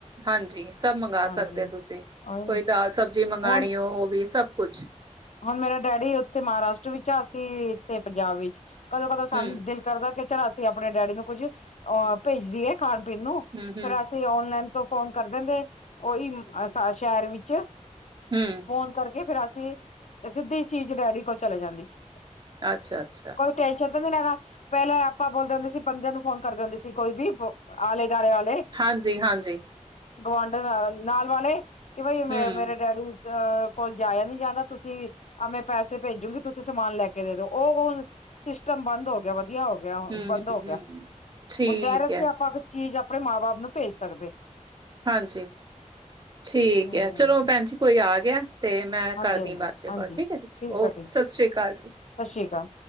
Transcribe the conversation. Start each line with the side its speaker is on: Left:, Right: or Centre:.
Right: ਹਾਂਜੀ ਸਭ ਮੰਗਵਾ
Left: ਹਾਂਜੀ
Right: ਸਕਦੇ ਹੋ ਤੁਸੀਂ
Left: ਉਹੀ
Right: ਕੋਈ
Left: ਨਾ
Right: ਦਾਲ ਸਬਜ਼ੀ ਮੰਗਵਾਉਣੀ।
Left: ਹੁਣ
Right: ਉਹ ਵੀ ਸਭ ਕੁਛ।
Left: ਹੁਣ ਮੇਰਾ ਡੈਡੀ ਉੱਥੇ ਮਹਾਰਾਸ਼ਟਰ ਵਿੱਚ ਆ ਅਸੀਂ ਇੱਥੇ ਪੰਜਾਬ ਵਿੱਚ ਕਦੋਂ ਕਦੋਂ ਸਾਨੂੰ
Right: ਹਮ
Left: ਦਿਲ। ਕਰਦਾ ਕਿ ਚੱਲ ਅਸੀਂ ਆਪਣੇ ਡੈਡੀ ਨੂੰ ਕੁੱਝ ਅਹ ਭੇਜਦੀਏ ਖਾਣ ਪੀਣ ਨੂੰ
Right: ਹਮ ਹਮ
Left: ਫੇਰ ਅਸੀਂ। ਅ ਓਨਲਾਈਨ ਤੋਂ ਫੋਨ ਕਰ ਦਿੰਦੇ ਉਹੀ ਸ਼ਹਿਰ ਵਿੱਚ
Right: ਹਮ
Left: ਫੋਨ ਕਰਕੇ ਫੇਰ ਅਸੀਂ ਸਿੱਧੀ ਚੀਜ਼ ਡੈਡੀ ਕੋਲ ਚਲੇ ਜਾਂਦੀ ਸੀ।
Right: ਅੱਛਾ ਅੱਛਾ।
Left: ਟੇਨਸ਼ਨ ਤੇ ਨਹੀਂ ਲੈਣਾ ਪਹਿਲਾਂ ਆਪਾਂ ਬੋਲਦੇ ਹੁੰਦੇ ਸੀ ਬਦੇ ਨੂੰ ਫੋਨ ਕਰਦੇ ਹੁੰਦੇ ਸੀ ਕੋਈ ਵੀ ਆਲੇ ਦੁਆਲੇ ਵਾਲੇ।
Right: ਹਾਂਜੀ ਹਾਂਜੀ
Left: ਗੁਆਂਢਣ ਨਾਲ ਨਾਲ ਵਾਲੇ ਕਿ ਬਈ
Right: ਹਮ
Left: ਮੇ ਮੇਰੇ ਡੈਡੀ। ਜ ਕੋਲ ਜਾਇਆ ਨਹੀਂ ਜਾਂਦਾ। ਤੁਸੀਂ ਆਵੇਂ ਪੈਸੇ ਭੇਜੂਗੀ ਤੁਸੀਂ ਸਮਾਨ ਲੈ ਕੇ ਦੇ ਦੋ ਉਹ ਹ। ਸਿਸਟਮ ਬੰਦ ਹੋ ਗਿਆ। ਵਧੀਆ ਹੋ ਗਿਆ।
Right: ਹਮ
Left: ਬੰਦ
Right: ਹਮ
Left: ਹੋ
Right: ਹਮ
Left: ਗਿਆ
Right: ਠੀਕ
Left: ਹੁਣ ਡਾਇਰੈਕਟ
Right: ਹੈ
Left: ਹੀ ਆਪਾਂ। ਚੀਜ਼ ਆਪਣੇ ਮਾਂ ਬਾਪ ਨੂੰ ਭੇਜ ਸਕਦੇ।
Right: ਹਾਂਜੀ ਠੀਕ
Left: ਹਮ
Right: ਹੈ ਚਲੋ ਭੈਣ ਜੀ ਕੋਈ ਆ ਗਿਆ। ਤੇ ਮੈਂ
Left: ਹਾਂਜੀ
Right: ਕਰਦੀ
Left: ਹਾਂਜੀ
Right: ਬਾਅਦ ਚ
Left: ਹਾਂਜੀ
Right: ਕੋਲ ਠੀਕ ਹੈ ਜੀ ਓਕੇ
Left: ਆ ਠੀਕ
Right: ਸਤਿ ਸ਼੍ਰੀ ਅਕਾਲ ਜੀ।
Left: ਸਤਿ ਸ਼੍ਰੀ ਅਕਾਲ।